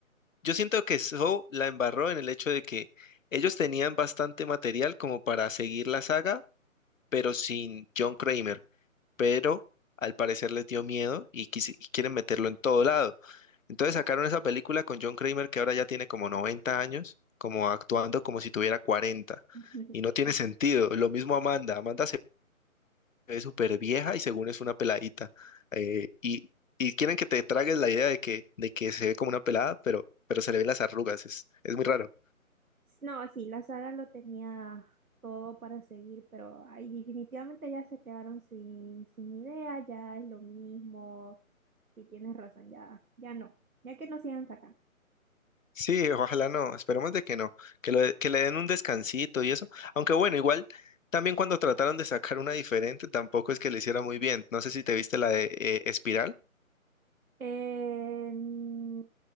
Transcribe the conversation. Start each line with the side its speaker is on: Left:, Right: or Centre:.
Left: yo siento que Saw la embarró en el hecho de que ellos tenían bastante material como para seguir la saga, pero sin John Kramer, pero al parecer les dio miedo y, quisi- y quieren meterlo en todo lado. Entonces sacaron esa película con John Kramer que ahora ya tiene como 90 años, como actuando como si tuviera cuarenta
Right: <laughs>
Left: Y no tiene sentido. Lo mismo Amanda. Amanda se es súper vieja y según es una peladita. eh, y, y quieren que te tragues la idea de que, de que se ve como una pelada, pero, pero se le ven las arrugas. Es, es muy raro.
Right: No, sí, la saga lo tenía todo para seguir, pero ahí definitivamente ya se quedaron sin, sin idea, ya es lo mismo. Y tienes razón, ya, ya no, ya que no sigan sacando.
Left: Sí, ojalá no. Esperemos de que no. Que, lo- que le den un descansito y eso. Aunque bueno, igual también cuando trataron de sacar una diferente, tampoco es que le hiciera muy bien. No sé si te viste la de eh, Espiral.
Right: Eh, mm,